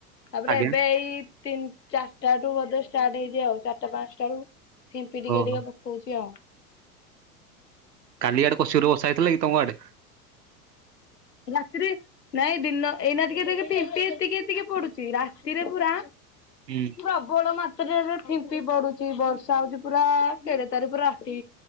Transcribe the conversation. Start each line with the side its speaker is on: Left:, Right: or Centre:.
Left: ତାପରେ
Right: ଆଜ୍ଞା
Left: ଏବେ ଏଇ ତିନ ଚାରିଟାରୁ ବୋଧେ ଷ୍ଟାର୍ଟ ହେଇଚି ଆଉ। ଚାରିଟା ପାଞ୍ଚଟାରୁ ଫିମ୍ପି ଟିକେ
Right: ଓହୋ
Left: ଟିକେ ପକଉଛି ଆଉ।
Right: କାଲି ଆଡେ ପଶ୍ଚିମରୁ ବର୍ଷା ହେଇଥିଲା କି ତମ ଆଡେ?
Left: କାଲି ରାତିରେ ନାଇଁ ଦିନ, ଏଇନା ଟିକେ ଦେଖ ଫିମ୍ପି ଏତିକି ଏତିକି ପଡୁଛି, ରାତିରେ ପୁରା
Right: ହୁଁ
Left: ପ୍ରବଳ ମାତ୍ ମାତ୍ରାରେ ଫିମ୍ପି ପଡୁଛି, ବର୍ଷା ହଉଛି ପୁରା କେଡେ ତାରି ପୁରା ରାତି